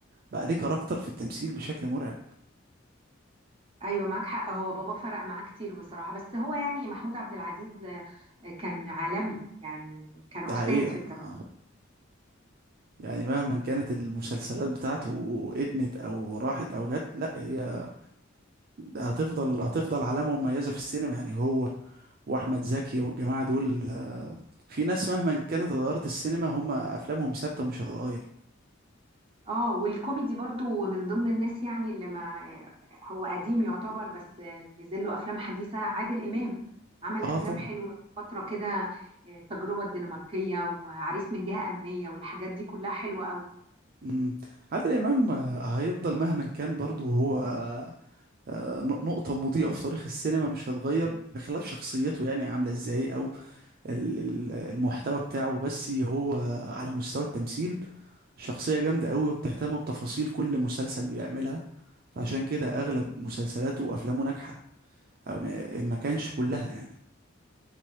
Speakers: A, on the right (about 45°); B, on the right (about 30°).
A: بقى ليه كاركتر في التمثيل بشكل مرعب
B: ايوه معاك حق هو بابا فرق معاه كتير بصراحة بس هو يعني محمود عبد العزيز آه، آه، كان عالمي يعني كان
A: ده
B: استاذ
A: حقيقة
B: في التمثيل
A: آه. يعني مهما كانت المسلسلات بتاعته ادمت او راحت او جت لا هي هتفضل هتفضل علامة مميزة في السينما يعني هو واحمد زكي والجماعة دول آه، في ناس مهما كانت اتغيرت السينما هم افلامهم ثابتة مش هتتغير
B: اه والكوميدي برضو من ضمن الناس يعني اللي ما هو قديم يعتبر بس نزل له افلام حديثه عادل امام عمل
A: اه
B: افلام
A: طبعا
B: حلوه في فتره كده آه، التجربه الدنماركيه وعريس من جهه امنيه والحاجات دي كلها حلوه قوي
A: مم. عادل إمام آه، هيفضل مهما كان برضو هو آه، آه، ن- نقطة مضيئة في تاريخ السينما مش هتغير بخلاف شخصيته يعني عاملة ازاي أو ال- ال- المحتوى بتاعه بس هو آه، على مستوى التمثيل شخصية جامدة أوي وبتهتم بتفاصيل كل مسلسل بيعملها فعشان كده أغلب مسلسلاته وأفلامه ناجحة أو ما ما كانش كلها يعني